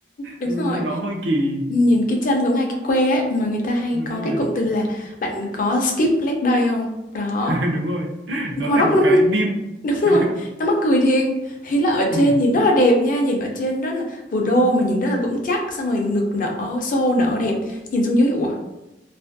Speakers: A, on the left; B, on the right.
A: Đúng
B: nhìn
A: rồi.
B: nhìn nó hơi kỳ
A: Nhìn cái chân giống hai cái que ấy mà người ta hay
B: đúng
A: có cái
B: rồi
A: cụm từ là bạn có skip leg day không? Đó
B: <laughs> đúng rồi
A: nhưng
B: nó
A: mà
B: thành
A: nó
B: một
A: năm
B: cái meme
A: <laughs> đúng
B: <laughs>
A: rồi nó mắc cười thiệt ý là ở
B: Ừ.
A: trên nhìn rất là đẹp nha nhìn ở trên rất là vừa đô mà nhìn rất là vững chắc xong rồi ngực nở xô nở đẹp nhìn xuống dưới ủa